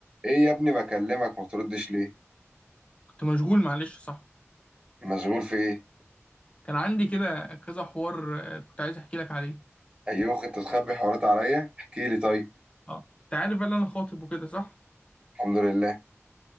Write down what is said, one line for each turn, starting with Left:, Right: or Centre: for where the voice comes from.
Right: ايه يا ابني بكلمك ما بتردش ليه
Left: كنت مشغول معلش صح
Right: مشغول في ايه
Left: كان عندي كده كذا حوار آه، كنت عايز احكي لك عليه
Right: ايوه انت تخبي حوارات عليا احكي لي طيب
Left: اه انت عارف بقى إن انا خاطب وكده صح
Right: الحمد لله